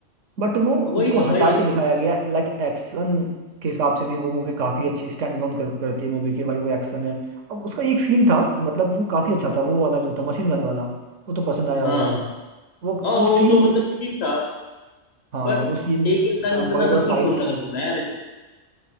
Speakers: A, on the right; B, on the left.
A: बट वो
B: वही
A: उसको
B: तो
A: हटा
B: भाई
A: के दिखाया गया लाइक एक्शन के हिसाब से भी वो मूवी काफी अच्छी स्टैंड अलोन कर, करती है मूवी की भाई वो एक्शन है और उसका एक सीन था मतलब वो काफी अच्छा था वो वाला जो था मशीन गन वाला वो तो पसंद आया होगा
B: हाँ
A: वो
B: हाँ
A: वो
B: वो
A: सीन
B: तो मतलब ठीक था
A: हाँ
B: पर
A: वो सीन
B: एक इंसान
A: कॉरिडोर
B: इतना सब कुछ
A: फाइट
B: थोड़ा ना कर सकता है यार